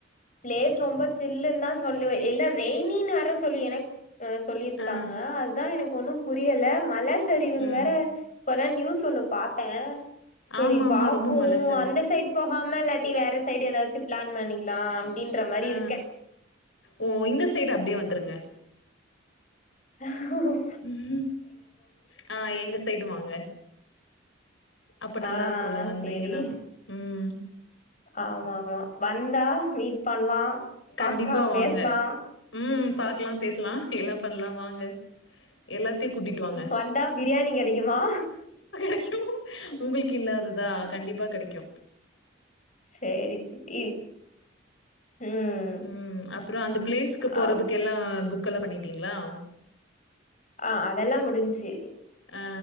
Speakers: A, on the left; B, on the left.
A: பிளேஸ் ரொம்ப சில்லுன்னுதா சொல்லுவ இல்ல ரெயினின்னு வேற சொல்லி எனக் அ சொல்லியிருந்துக்காங்க
B: ஆ
A: அதுதா எனக்கு ஒண்ணும் புரியல மல சரிவுன்னு
B: ம்
A: வேற இப்பதா நியூஸ் ஒண்ணு பாத்தே, சேரி
B: ஆமா ஆமா
A: பாப்போ
B: ரொம்ப மல சரிவு
A: அந்த சைடு போகாம இல்லாட்டி வேற சைடு ஏதாச்சும் பிளான் பண்ணிக்லா அப்டின்ற மாரி
B: ஆ
A: இருக்கே
B: ஓ இந்த சைடு அப்டியே வந்துருங்க
A: டு
B: ம், ஆ எங்க சைடு வாங்க அப்ப
A: ஆ
B: நல்லா இருக்குல்ல வந்தீங்கன்னா,
A: சேரி
B: ம்
A: ஆமா ஆமா வந்தா மீட் பண்லா பாக்லா
B: கண்டிப்பா
A: பேசலா
B: வாங்க ம் பாக்கலா பேசலா எல்லா பண்ணலா வாங்க எல்லாத்தையு கூட்டிட்டு வாங்க
A: வந்தா பிரியாணி கெடைக்குமா
B: ஐயூ உங்குளுக்கு இல்லாததா கண்டிப்பா கெடைக்கோ
A: செரி செரி ம்
B: ம் அப்றோ அந்த பிளேஸ்க்கு போறதுக்கு
A: அப்
B: எல்லா புக் எல்லா பண்ணிடீங்களா
A: அ அதலா முடிஞ்சி
B: அ